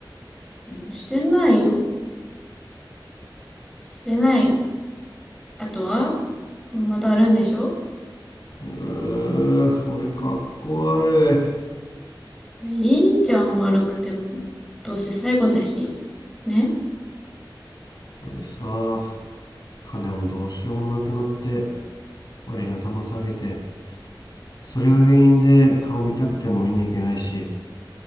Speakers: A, in the centre; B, on the left (about 55°).
A: うんしてないよ。してないよ。あとはまだあるんでしょ
B: ー俺かっこ悪い
A: いいじゃん、悪くても。どうせ最後だし。ね
B: 俺さ金もどうしようもなくなって親に頭下げてそれが原因で顔見たくても見に行けないし